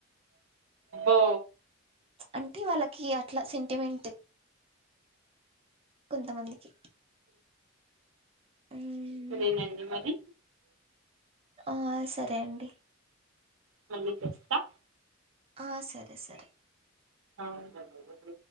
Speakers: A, on the right; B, on the right.
A: ఓ
B: అంటే వాళ్ళకి అట్ల సెంటిమెంట్ కొంతమందికి ఉమ్
A: శ్రీనగరి మరి
B: ఆ సరే అండి
A: మళ్లి చెస్తా
B: ఆ సరే సరే
A: అవు